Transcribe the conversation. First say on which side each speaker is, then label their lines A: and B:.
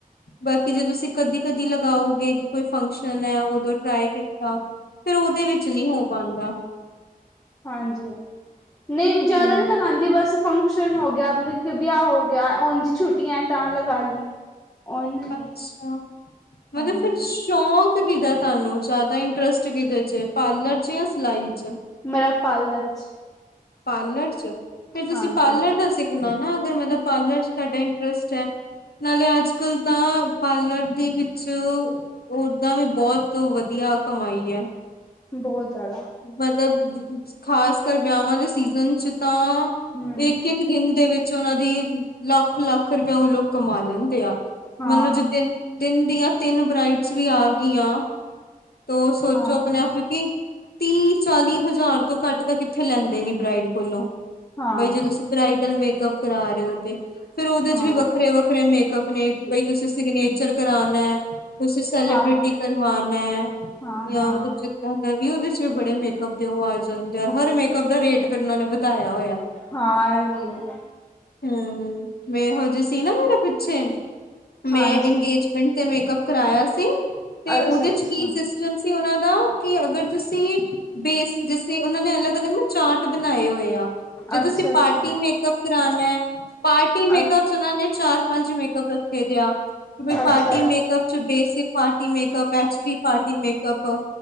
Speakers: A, on the left; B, on the left.
A: ਬਾਕੀ ਜੇ ਤੁਸੀਂ ਕਦੀ-ਕਦੀ ਲਗਾਓਗੇ ਕਿ ਕੋਈ ਫੰਕਸ਼ਨ ਐ ਓਦੋ ਟਰਾਈ ਕੀਤਾ। ਫਿਰ ਉਹਦੇ ਵਿੱਚ ਨੀ ਹੋ ਪਾਂਦਾ।
B: ਹਾਂਜੀ-ਹਾਂਜੀ, ਨਈ ਜੈਦਾ
A: ਹਮ
B: ਨੀ ਲਗਾਂਦੀ ਬਸ ਫੰਕਸ਼ਨ ਹੋ ਗਿਆ, ਮਤਲਬ ਕਿ ਵਿਆਹ ਹੋ ਗਿਆ, ਓਂਜ ਈ ਛੁੱਟੀਆਂ ਤਾਂ ਲਗਾ ਲਈ। ਉਝ ਨਹੀਂ
A: ਅੱਛਾ, ਮਤਲਬ
B: ਹਾਂਜੀ
A: ਫਿਰ ਸ਼ੌਕ ਕਿਦਾ ਤੁਆਨੂੰ ਜੈਦਾ ਇੰਟਰਸਟ ਕਿਦੇ ਇਚ ਏ ਪਾਰਲਰ ਚ ਜਾਂ ਸਿਲਾਈ ਚ?
B: ਮੇਰਾ ਪਾਰਲਰ ਚ।
A: ਪਾਰਲਰ ਚ, ਫਿਰ ਤੁਸੀਂ
B: ਹਾਂਜੀ
A: ਪਾਰਲਰ ਦਾ ਸਿੱਖਣਾ ਨਾ ਅਗਰ ਮਤਲਬ ਪਾਰਲਰ ਚ ਤੁਆਡਾ ਇੰਟਰਸਟ ਐ। ਨਾਲੇ ਅੱਜਕੱਲ ਤਾਂ ਪਾਰਲਰ ਦੇ ਵਿੱਚ ਓੱਦਾਂ ਵੀ ਬੌਤ ਵਦੀਆ ਕਮਾਈ ਐ।
B: ਬੌਤ ਜੈਦਾ।
A: ਮਤਲਬ ਖ਼ਾਸ ਕਰ ਵਿਆਵਾ ਦੇ ਸੀਜ਼ਨ ਚ ਤਾਂ
B: ਹਮ
A: ਇੱਕ-ਇੱਕ ਦਿਨ ਦੇ ਵਿੱਚ ਉਹਨਾਂ ਦੀ ਲੱਖ-ਲੱਖ ਰੁਪਆ ਉਹ ਲੋਕ ਕਮਾ ਲੈਣ। ਦੇਆ,
B: ਹਾਂ
A: ਮਨ ਦੋ ਜੇ ਦਿਨ, ਦਿਨ ਦੀਆਂ ਤਿੰਨ ਬਰਾਇਡਸ ਵੀ ਆ ਗਿਆਂ ਤੋ ਸੋਚੋ
B: ਹਾਂ
A: ਅਪਣੇ
B: ਹਾਂ
A: ਆਪ ਨੂੰ ਕਿ ਤੀਹ ਚਾਲੀ ਹਜ਼ਾਰ ਤੋਂ ਘੱਟ ਤਾਂ ਕਿੱਥੇ ਲੈਂਦੇ ਨੀ ਬਰਾਈਡ ਕੋਲੋਂ,
B: ਹਾਂ
A: ਬਈ ਜੇ ਤੁਸੀ ਬਰਾਈਡਲ ਮੇਕਅਪ ਕਰਾ ਰਏ ਓ ਤੇ। ਫੇਰ ਉਹਦੇ
B: ਹਾਂ
A: ਚ ਵੀ ਵੱਖਰੇ-ਵੱਖਰੇ ਮੇਕਅੱਪ ਨੇ ਬਈ ਤੁਸੀਂ ਸਿਗਨੇਚਰ ਕਰਾਣਾ ਤੁਸੀਂ ਸੈਲੀਬ੍ਰਿਟੀ
B: ਹਾਂ
A: ਕਰਵਾਣਾ ਐ,
B: ਹਾਂ
A: ਜਾਂ
B: ਹਾਂ
A: ਮਤਲਬ ਜਿੱਦਾਂ ਦਾ ਵੀ ਉਹਦੇ ਚ ਵੀ ਬੜੇ ਮੇਕਅਪ ਉਹ ਆ ਜਾਂਦੇ, ਹਰ ਮੇਕਅਪ ਦਾ ਰੇਟ ਫਿਰ ਉਹਨਾਂ ਨੇ ਵਧਾਇਆ ਹੋਇਆ।
B: ਹਾਂ ਇਹ ਵੀ ਹੈ
A: ਹੂੰ, ਮੈ ਈਹੋ ਜੀ ਸੀ ਨਾ ਮੇਰਾ ਪਿੱਛੇ
B: ਹਾਂਜੀ
A: ਮੈਂ ਅੰਗੇਜ ਮੇਂਟ ਤੇ ਮੇਕਪ ਕਰਾਆ ਸੀ, ਤੇ
B: ਅੱਛਾ
A: ਉਹਦੇ
B: ਅੱਛਾ
A: ਚ ਕੀ ਸਿਸਟਮ ਸੀ ਉਹਨਾਂ ਦਾ ਕਿ ਅਗਰ ਤੁ ਸੀ, ਬੇਸ ਜਿਸੇ ਉਹਨਾਂ ਨੇ ਅਲੱਗ-ਅਲੱਗ ਨਾ ਚਾਰਟ ਬਣਾਏ ਹੋਏ ਆ। ਜੇ
B: ਅੱਛਾ
A: ਤੁਸੀਂ ਪਾਰਟੀ
B: ਅੱਛਾ
A: ਮੇਕਅਪ ਕਰਾਣਾ ਐ, ਪਾਰਟੀ ਮੇਕਅਪ
B: ਅ
A: ਉਹਨਾਂ ਨੇ ਚਾਰ, ਪੰਜ ਮੇਕਅੱਪ ਰੱਖੇ ਦੇਆ। ਕਿ ਬਈ
B: ਅੱਛਾ
A: ਪਾਰਟੀ ਮੇਕਅਪ ਚ basic party makeup, H D party makeup.